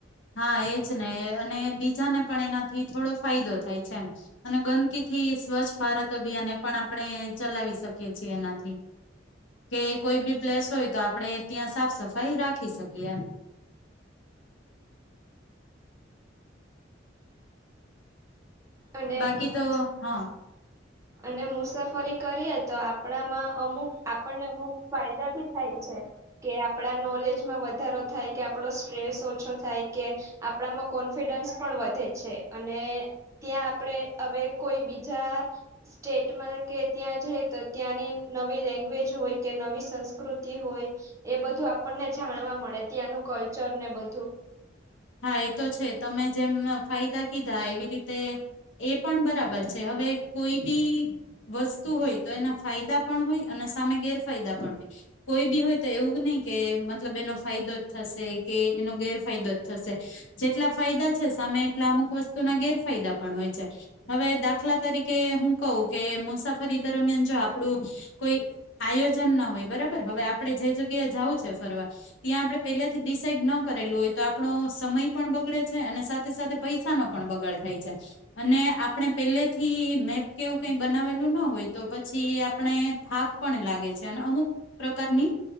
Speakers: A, on the left; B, on the right.
A: હા એજ ને અને બીજાને પણ એના થી થોડો ફાયદો થાય છે એમ. અને ગંદકી થી સ્વચ્છ ભારત અભિયાન એ પણ આપણે ચલાવીશ શકીકીએ છે એનાથી કે કોઈ બી પ્લેસ હોય તો આપ આપણે ત્યાં સાફ સફાઈ રાખી શકીએ એમ.
B: અને
A: બાકી તો
B: મુ
A: હ. <inaudible>
B: અને મુસાફરી કરીએ તો આપણામાં અમુક આપણને અમુક ફાયદા ભી થાય છે કે આપડા નોલેજ માં વધારો થાય કે આપડો સ્ટ્રેસ ઓછો થાય કે આપણામાં કોન્ફિડન્સ પણ વધે છે અને ત્યાં આપણે હવે કોઈ બીજા સ્ટેટમાં કે ત્યાં જાય તો ત્યાંની નવી લેંગ્વેજ હોય કે નવી સંસ્કૃતિ હોય એ બધું આપણને જાણવા મળે ત્યાંનું કલ્ચર ને બધું
A: હા એ તો છે તમે જેમ ફાયદા કીધા એવી રીતે એ પણ બરાબર છે હવે કોઈ બી વસ્તુ હોય તો એના ફાયદા પણ હોય અને સામે ગેરફાયદા પણ હોય કોઈ બી હોય તો એવું નહી કે મતલબ એનો ફાયદો જ થશે કે એનો ગેરફાયદો જ થશે જેટલા ફાયદા છે સામે એટલા અમુક વસ્તુના ગેરફાયદા પણ હોય છે હવે દાખલા તરીકે હું કહું કે મુસાફરી દરમિયાન જો આપડું કોઈ આયોજન ન હોય બરાબર હવે આપડણે જે જગ્યા જવું છે ફરવા ત્યાં આપડે પેલાથી ડિસાઇડ ન કરેલું હોય તો આપણો સમય પણ બગડે છે અને સાથે સાથે પૈસાનો પણ બગાડ થાય છે અને આપણે પહેલે થી મેપ કેવું કઈ બનાવેલું ન હોય તો પછી આપણે થાક પણ લાગે છે અને અમુક પ્રકારની